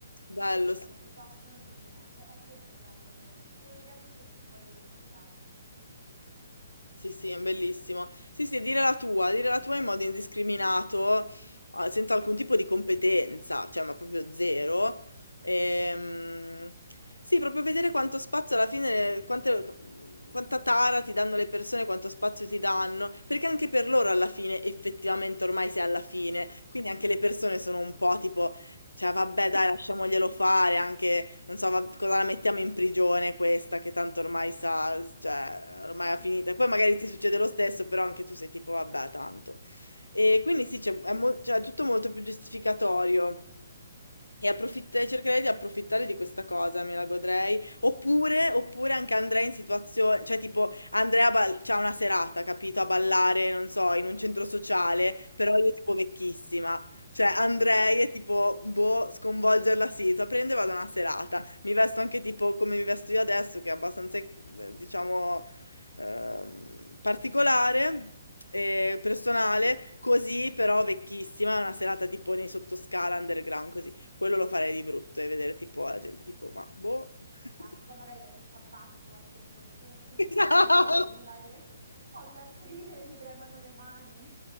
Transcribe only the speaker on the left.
bello.
sì.
Sì, sì, è bellissimo. Sì, sì, dire la tua, dire la tua in modo indiscriminato, ah, senza alcun tipo di competenza, cioè, ma proprio zero. Ehm, sì, proprio vedere quanto spazio alla fine, quante- quanta tara ti danno le persone, quanto spazio ti danno, perché anche per loro alla fine, effettivamente, ormai sei alla fine, quindi anche le persone sono un po' tipo... Cioè, vabbè, dai, lasciamoglielo fare anche, non so, va- cosa la mettiamo in prigione questa, che tanto ormai sa, cioè, ormai è finita. E poi magari ti succede lo stesso, però anche tu sei tipo, vabbè, tanto. E quindi sì, c'è- è mol- cioè, è tutto molto più giustificatorio. E approfitt- cercherei di approfittare di questa cosa, me la godrei. Oppure, oppure anche andrei in situazioni, cioè tipo Andrea bal- c'ha una serata, capito, a ballare, non so, in un centro sociale, però io tipo vecchissima. Cioè, andrei e tipo, boh, sconvolgerla sì, so, prendo e vado a una serata. Mi vesto anche tipo come mi vesto io adesso, che è abbastanza, eh, diciamo, ehm, particolare e personale, così però vecchissima, una serata tipo nei sottoscala, underground, così. Quello lo farei di brutto e vedere tipo la gente tipo, ma boh. <laughs>
Esatto.